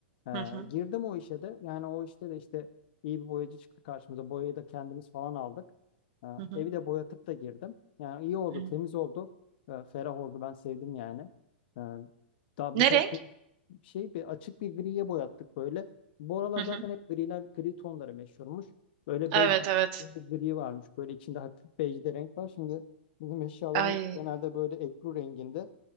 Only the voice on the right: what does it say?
hı hı,
hı hı.
hı hı.
Ne renk?
Hı
hı.
Evet,
evet.
Ay.